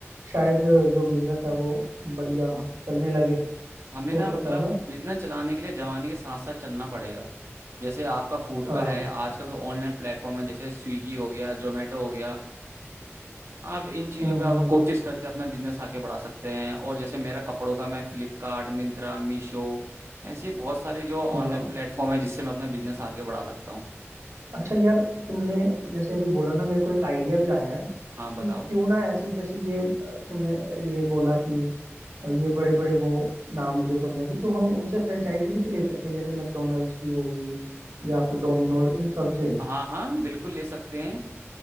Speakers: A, on the right (about 80°); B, on the right (about 65°).
A: शायद जो बिजनेस है वो बढ़िया
B: हाँ,
A: चलने लगे
B: हमें
A: हो
B: ना मतलब
A: सकता है ना
B: बिजनेस चलाने के लिए जमाने के साथ साथ चलना पड़ेगा जैसे आपका फूड
A: हाँ
B: का है आजकल तो ऑनलाइन प्लेटफॉर्म है जैसे स्विगी हो गया जोमेटो हो गया आप इन चीज़ों
A: हम्म
B: पे
A: हम्म
B: आप
A: हम्म
B: कोशिश करके अपना बिजनेस आगे बढ़ा सकते हैं और जैसे मेरा कपड़ों का मैं फ्लिपकार्ट मिंत्रा मीशो ऐसे बहुत सारे जो ऑनलाइन
A: हाँ
B: प्लेटफॉर्म है जिससे मैं अपना बिजनेस आगे बढ़ा सकता हूँ
A: अच्छा यार तुमने जैसे अभी बोला ना मेरे को एक आइडिया भी आया है
B: हाँ बताओ
A: कि क्यों ना ऐसी जैसे ये अ, तुमने ये बोला कि अ, ये बड़े बड़े वो नाम लिए तुमने अभी तो हम उनसे फ्रेंचाइजी भी तो ले सकते हैं जैसे मैकडोनल्ड्स की होगी या फिर डोमिनोज इन सब से
B: हाँ हाँ बिल्कुल ले सकते हैं